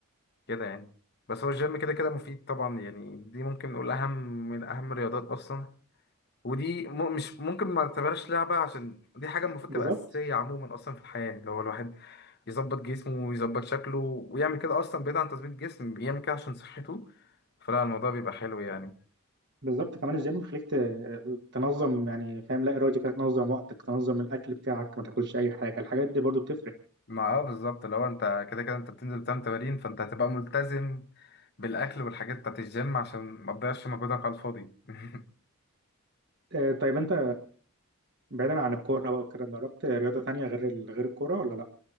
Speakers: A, on the left; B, on the right.
A: يعني بس هو الجيم كده كده مفيد طبعا يعني دي ممكن نقول اهم من اهم الرياضات اصلا ودي م مش ممكن ما تعتبرش لعبة عشان دي حاجة المفروض
B: بالظبط
A: تبقى أساسية عموما أصلا في الحياة اللي هو الواحد يظبط جسمه ويظبط شكله ويعمل كده أصلا بعيد عن تظبيط جسم يعمل كده عشان صحته فلا الموضوع بيبقى حلو يعني
B: بالظبط كمان الجيم بيخليك ت... تنظم يعني فاهم لا إرادي كده تنظم وقتك تنظم الأكل بتاعك ما تاكلش أي حاجة الحاجات دي برضو بتفرق
A: ما اه بالظبط لو انت كده كده انت بتنزل تعمل تمارين فانت هتبقى ملتزم بالاكل والحاجات بتاعت الجيم عشان ما تضيعش مجهودك على الفاضي <laughs>
B: آه طيب انت بعيدا عن الكورة بقى وكده جربت رياضة تانية غير ال... غير الكورة ولا لا؟